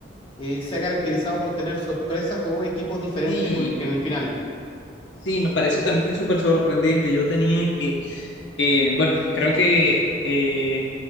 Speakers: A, on the left; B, on the left.
A: eh, se ha caracterizado por tener sorpresas o equipos diferentes
B: Sí,
A: en, en el final.
B: sí, me parece también súper sorprendente. Yo tenía que Eh, bueno, creo que eh,